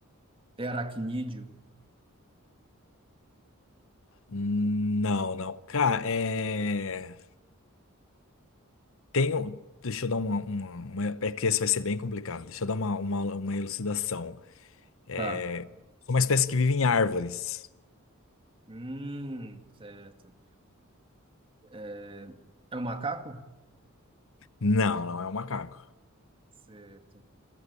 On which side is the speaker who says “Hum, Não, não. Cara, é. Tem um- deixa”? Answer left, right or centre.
Left